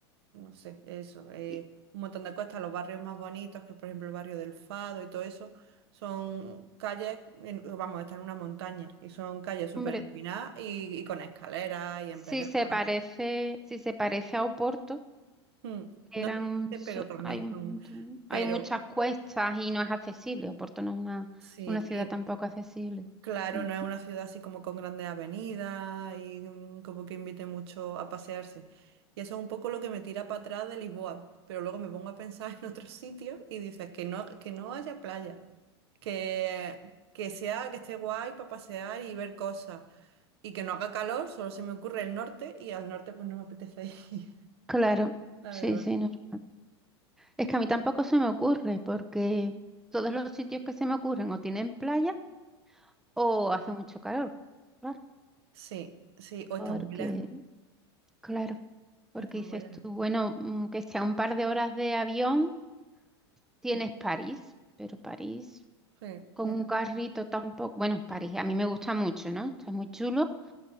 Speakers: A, on the right; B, in the centre.
A: no sé, eso, eh,
B: Y,
A: un montón de cosas, los barrios más bonitos, que por ejemplo el barrio del Fado y todo eso, son calles, en- vamos, está en una montaña, y son calles súper
B: hombre,
A: empinadas y, y con escaleras y empedradas.
B: si se parece, si se parece a Oporto.
A: Mm, No
B: Eran,
A: sé, por
B: un
A: qué,
B: so-
A: pero también
B: hay, un
A: son,
B: montón-
A: pero
B: hay muchas cuestas y no es accesible. Oporto no es una,
A: sí,
B: una ciudad tampoco accesible.
A: Claro,
B: Mm.
A: no es una ciudad así como con grandes avenidas y mm, como que invite mucho a pasearse. Y eso es un poco lo que me tira para atrás de Lisboa. Pero luego me pongo a pensar <laughs> en otros sitios y dices que no, que no haya playa, que, que sea, que esté guay para pasear y ver cosas. Y que no haga calor, solo se me ocurre el norte y al norte pues no me apetece ir,
B: Claro,
A: <laughs>
B: sí,
A: la verdad.
B: sí, normal. Es que a mí tampoco se me ocurre porque todos los sitios que se me ocurren o tienen playa o hace mucho calor. Claro,
A: Sí, sí, o
B: porque,
A: está muy lejos.
B: claro, porque
A: Está
B: dices
A: muy lejos.
B: tú, bueno, mm, que sea un par de horas de avión, tienes
A: Mm,
B: París, pero París
A: Sí,
B: con
A: ya,
B: un carrito tampoco. Bueno, París a mí me gusta mucho, ¿no? Está muy chulo